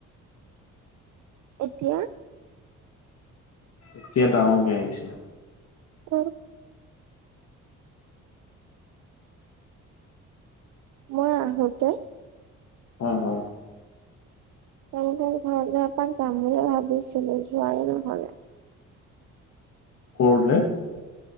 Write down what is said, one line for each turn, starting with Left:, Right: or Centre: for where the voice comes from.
Right: এতিয়া।
Left: এতিয়া ডাঙৰকে আহিছে।
Right: ক <unintelligible> মই আহোতে
Left: উ, অ'।
Right: তেওঁলোকৰ ঘৰলৈএপাক যাম বুলি ভাবিছিলো যোৱাই নহ'লে।
Left: কৰলে।